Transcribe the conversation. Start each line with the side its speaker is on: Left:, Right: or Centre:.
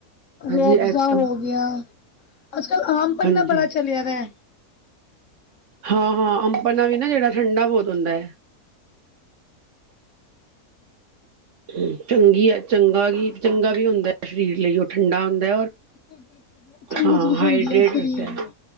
Right: ਹਾਂਜੀ
Left: ਰੋਹ ਆਫਜ਼ਾ
Right: ਇਹ ਸਭ
Left: ਹੋ ਗਿਆ, ਅੱਜ ਕੱਲ੍ਹ ਆਮ ਪੰਨਾ
Right: ਹਾਂਜੀ
Left: ਬੜਾ ਚਲਿਆ ਦੈ।
Right: ਹਾਂ ਹਾਂ, ਆਮ ਪੰਨਾ ਵੀ ਨਾ ਜਿਹੜਾ ਠੰਡਾ ਬਹੁਤ ਹੁੰਦਾ ਹੈ। ਹਮ ਚੰਗੀ ਹੈ ਚੰਗਾ ਵੀ ਚੰਗਾ ਵੀ ਹੁੰਦਾ ਸਰੀਰ ਲਈ, ਉਹ ਠੰਡਾ ਹੁੰਦਾ
Left: <inaudible> ਚੰਗੀ
Right: ਹਾਂ
Left: ਚੀਜ਼
Right: ਹਾਈਡਰੇਟ
Left: ਹੁੰਦੀ ਹੈ ਸਰੀਰ
Right: ਰੱਖਦਾ
Left: ਨੂੰ
Right: ਹੈ